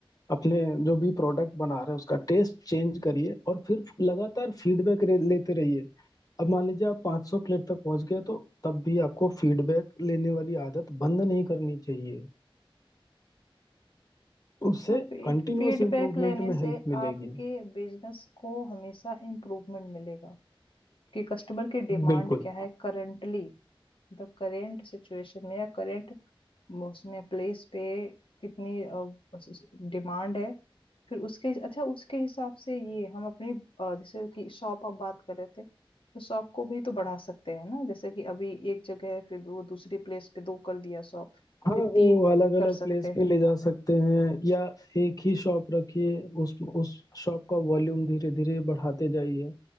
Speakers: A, on the left; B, on the left.
A: अपने जो भी प्रोडक्ट बना रहे हैं उसका टेस्ट चेंज करिए और फिर लगातार फीडबैक लेते रहिए अब मान लीजिए आप 500 प्लेट तक पहुंच गए तो तब भी आपको फीडबैक लेने वाली आदत बंद नहीं करनी चाहिए उससे
B: हाँ फीड
A: कंटिन्यूअस
B: फीडबैक
A: इम्प्रूवमेंट
B: लेने
A: में
B: से
A: हेल्प मिलेगी
B: आपके बिजनेस को हमेशा इम्प्रूवमेंट मिलेगा कि कस्टमर की डिमांड
A: बिल्कुल
B: क्या है करंटली मतलब करेंट सिचुएशन में या करेंट उसमें प्लेस पे कितनी डिमांड है फिर उसके अच्छा उसके हिसाब से ये हम अपनी अ, जैसे कि शॉप आप बात कर रहे थे तो शॉप को भी तो बढ़ा सकते हैं ना जैसे कि अभी एक जगह है फिर वो दूसरी प्लेस पे दो कर दिया शॉप
A: हाँ
B: फिर
A: वो
B: तीन
A: अलग अलग
B: कर
A: प्लेस
B: सकते
A: पे
B: हैं
A: ले जा सकते हैं या एक ही शॉप रखिए उस उस शॉप का वॉल्यूम धीरे धीरे बढ़ाते जाइए